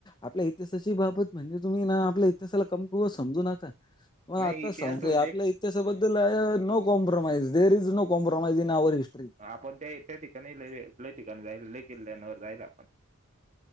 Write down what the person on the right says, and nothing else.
नाही
इतिहास
म्हणजे
आपणं त्यां त्यां ठिकाणी लं लं ठिकाणीं जाईल लं किल्ल्यांवर जाईल आपणं.